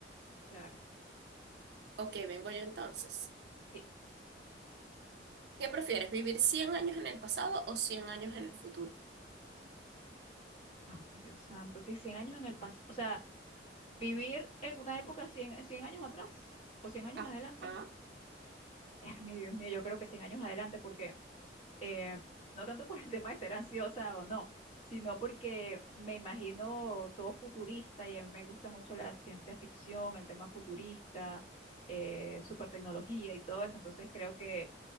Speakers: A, on the left; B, on the right.
A: Claro,
B: Ok, vengo yo entonces.
A: sí.
B: ¿Qué prefieres, vivir 100 años en el pasado o 100 años en el futuro?
A: Ay, Dios santo, que 100 años en el pasado, o sea, vivir en una época 100 cien años atrás o 100 años
B: Ajá.
A: adelante. Ay, Dios mío, yo creo que 100 años adelante porque eh, no tanto por el <laughs> tema de ser ansiosa o no, sino porque me imagino todo futurista y a mí me gusta mucho la ciencia ficción, el tema futurista, eh, super tecnología y todo eso, entonces creo que